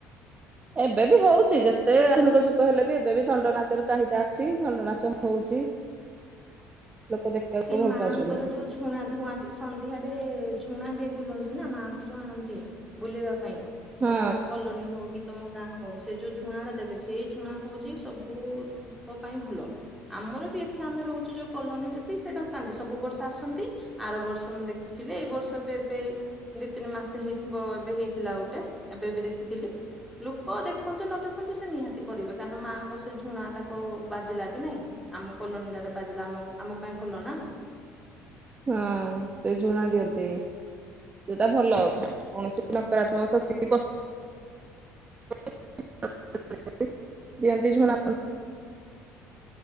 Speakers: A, on the right; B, in the centre.
A: ଏବେ ବି ହଉଚି ଯେତେ ଆଧୁନିକ ଯୁଗ ହେଲେ ବି ଏବେ ବି ଦଣ୍ଡ ନାଚର ଚାହିଦା ଅଛି ଦଣ୍ଡ ନାଚ ହଉଛି। ଲୋକ ଦେଖିବାକୁ
B: ସେ
A: ଭଲ
B: ମାଆଙ୍କର
A: ପାଉଛନ୍ତି।
B: ଯୋଉ ଝୁଣା ଧୁଆଁ ଦି-ସନ୍ଧ୍ୟାରେ ଝୁଣା ଦେଇ ବୁଲନ୍ତି ନା ମାଙ୍କୁ ଯୋଉ ଆଣନ୍ତି। ବୁଲିିବା ପାଇଁ
A: ହଁ
B: ତମ କୋଲନ ହଉକି ତମ ଗାଁ ହଉ ସେ ଯୋଉ ଝୁଣାଟା ଦେବେ ସେଇ ଝୁଣା ହଉଛି ସବୁ ଲୋକ ପାଇଁ ଭଲ। ଆମର ବି ଏଠି ଆମେ ରହୁଚୁ ଯୋଉ କଲୋନୀରେ ବି ସେ ଡକାନ୍ତି ସବୁ ବର୍ଷ ଆସନ୍ତି ଆର ବର୍ଷ ମୁଁ ଦେଖିଥିଲି ଏଇ ବର୍ଷ ବି ଏବେ ଏଇ ଦି ତିନି ମାସ ହେଇଥିବ ଏବେ ହେଇଥିଲା ଗୋଟେ ଏବେ ବି ଦେଖିଥିଲି। ଲୋକ ଦେଖନ୍ତୁ ନ ଦେଖନ୍ତୁ ସେ ନିହାତି କରିବେ କାରଣ ମାଆଙ୍କ ସେ ଝୁଣା ତାକୁ ବାଜିଲା କି ନାଇଁ। ଆମ କଲୋନୀଟାରେ ବାଜିଲା ଆମ ଆମ ପାଇଁ ଭଲ ନା।
A: ହଁ ସେ ଝୁଣା ଦିଅନ୍ତି। ସେଟା ଭଲ କୌଣସି ନକାରାତ୍ମକ ଶକ୍ତି ପଶି <inaudible> <inaudible> ଦିଅନ୍ତି ଝୁଣା